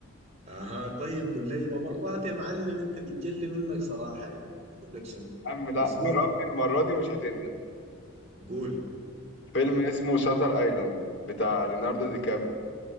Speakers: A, on the right (about 30°); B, on the left (about 60°).
A: اها طيب قول لي ما مرات يا معلم انت بتجلي منك صراحة يعني اقول لك شنو
B: عم لا
A: بس قول
B: جربني المرة دي مش هتندم
A: قول
B: فيلم اسمه شاتر ايلاند بتاع ليوناردو دي كابري